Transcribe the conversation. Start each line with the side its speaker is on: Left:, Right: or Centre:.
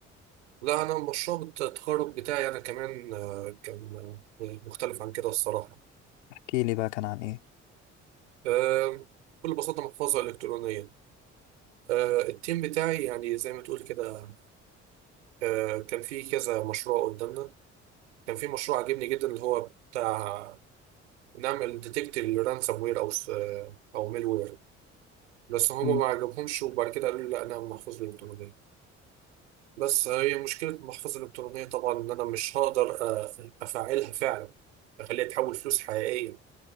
Right: لا انا مشروع الت- التخرج بتاعي انا كمان آه، كان آه، مختلف عن كده الصراحه
Left: احكي لي بقى كان عن ايه
Right: آه، بكل بساطه محفظه الكترونيه آه، التيم بتاعي يعني زي ما تقول كده آه، كان في كذا مشروع قدامنا كان في مشروع عجبني جدا اللي هو بتاع نعمل ديتكت للرانسوم وير او س- او ميل وير بس هما
Left: مم.
Right: ما عجبهمش وبعد كده قالوا لي لا انا محفظة الالكترونية بس هي مشكلة المحفظة الالكترونية طبعا ان انا مش هقدر أ- افعلها فعلا اخليها تحول فلوس حقيقية